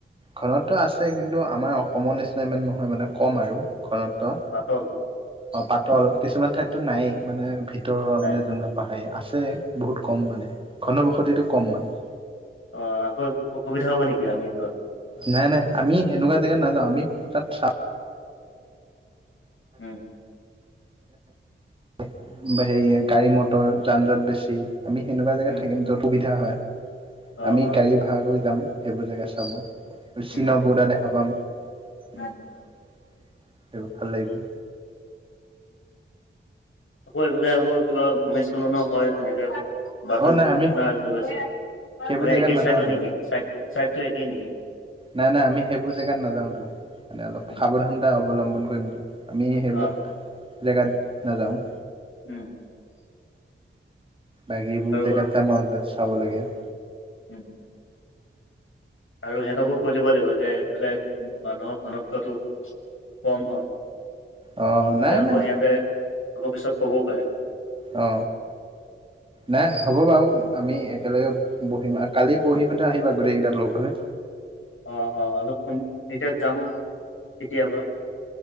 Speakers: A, on the right; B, on the left.
A: ঘনত্ব আছে কিন্তু আমাৰ অসমৰ নিচিনা ইমান নহয় মানে কম আৰু ঘনত্ব
B: পাতল
A: অ পাতল কিছুমান ঠাইতো নায়েই মানে ভিতৰুৱ
B: নাই
A: মানে যোনবিলাক আছে বহুত কম মানে ঘনবসতিটো কম মানে
B: অ আকৌ অসুবিধা হব নেকি আমি যত
A: নাই নাই আমি সেনেকুৱা জেগাত নাযাও আমি তাত চা
B: উম
A: হেৰিয় গাড়ী মটৰ যান জঁট বেছি আমি সেনেকুৱা জেগাত
B: উম
A: থাকিম য'ত সুবিধা হয়
B: অ
A: আমি
B: অ
A: গাড়ী ভাড়া লৈ যাম সেইবোৰ জেগা চাব আৰু
B: উম
A: চীনৰ ব'ৰ্ডাৰ দেখা পাম
B: উম
A: সেইবোৰ ভাল লাগিব
B: আকৌ এইফালে আকৌ কিবা ভূমিস্ত্ৰলনো হয় তেনেকে বাতৰিত
A: অ নাই
B: শুনা
A: আমি
B: পাইছোঁ মানে
A: সেইবোৰ জেগাত
B: একে
A: নাযাওঁতো
B: চাইডৰ নেকি চাইদ চাইডতটো একেই নেকি
A: নাই নাই আমি সেইবোৰ জেগাত নাযাওঁতো মানে অলপ
B: উম
A: সাৱধানতা অৱলম্বন কৰিমতো আমি সেইবিলাক
B: অ
A: জেগাত নাযাওঁ
B: উম
A: বাকীবোৰ
B: আৰু
A: জেগাত যাম আও যত চাবলগীয়া
B: উম আৰু সিহতকো কৈ দিব লাগিব যে এইফালে মানুহৰ ঘনত্বটো কম হয় নহ'লে
A: অ নাই
B: আকৌ
A: নাই
B: সিহঁতে আকৌ পিছত ক'বও পাৰে
A: অ দেহ হ'ব বাৰু আমি একেলগে বহিম। আৰু কালি পৰহিসতে আহিবা গোটেই কেইটা লগ হৈ
B: অ অ অলপ কোন এতিয়া যাম কেতিয়াবা